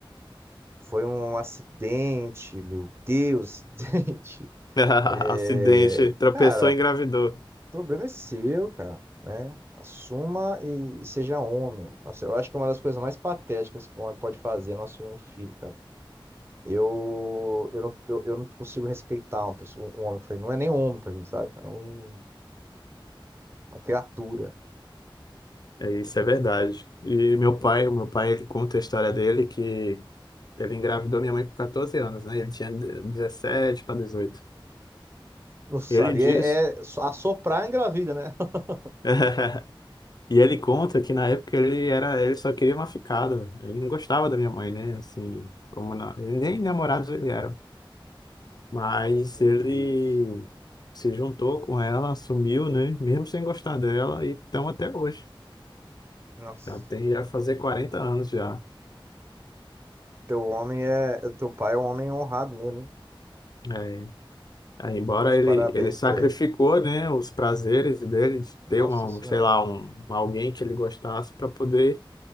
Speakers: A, on the right; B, on the left.
A: foi um acidente, meu Deus, <laughs> acidente.
B: <laughs> Acidente,
A: É,
B: tropeçou
A: cara,
B: e
A: o
B: engravidou.
A: problema é seu, cara, né? Assuma e, e seja homem. Nossa, eu acho que é uma das coisas mais patéticas que um homem pode fazer é não assumir um filho, cara. Eu, eu, não, eu, eu não consigo respeitar uma pessoa, um homem. Eu falei, não é nem homem pra mim, sabe? cara? É um, uma criatura.
B: É, isso é verdade. E meu pai, o meu pai, ele conta a história dele que ele engravidou minha mãe com 14 anos, né? Ele tinha 17 para 18.
A: Nossa,
B: Ele
A: ali
B: diz,
A: é, é só- assoprar engravida, né? <laughs>
B: <laughs> e ele conta que na época ele era, ele só queria uma ficada. Ele não gostava da minha mãe, né? Assim, como na- nem namorados ele era. Mas
A: Meu
B: ele
A: Deus.
B: se juntou com ela, assumiu, né? Mesmo sem gostar dela, e estão até hoje.
A: Nossa.
B: Já tem, já fazer 40 anos já.
A: Teu homem é. Teu pai é um homem honrado mesmo. hein?
B: É. Aí, embora
A: Meus
B: ele,
A: parabéns
B: ele sacrificou,
A: pra ele.
B: né, os prazeres dele de
A: Nossa
B: ter um,
A: Senhora.
B: sei lá, um, alguém que ele gostasse para poder